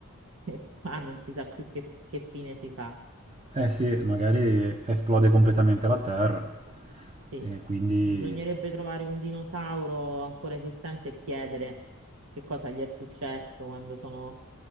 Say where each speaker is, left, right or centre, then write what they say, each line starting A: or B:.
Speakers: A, on the right; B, on the right.
A: <laughs> e qua non si sa più che, che fine si fa.
B: Eh sì, magari esplode completamente la Terra.
A: Sì,
B: E quindi
A: bisognerebbe trovare un dinosauro ancora esistente e chiedere che cosa gli è successo quando sono